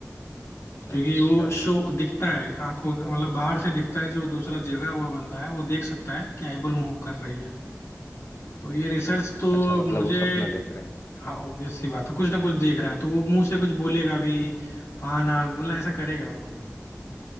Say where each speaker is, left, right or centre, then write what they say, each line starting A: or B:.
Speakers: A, on the left (about 45°); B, on the left (about 70°).
A: अच्छा
B: क्योंकि वो शो दिखता है आंखों मतलब बाहर से दिखता है जो दूसरा जगह हुआ बंदा है वो देख सकता है कि आईबॉल मूव कर रही है तो ये रिसर्च तो
A: अच्छा मतलब
B: अब मुझे
A: वो सपना देख रहे हैं
B: हाँ ऑब्वियस सी बात है कुछ ना कुछ देख रहा है तो वो मुंह से कुछ बोलेगा भी हाँ ना मतलब ऐसा करेगा वो।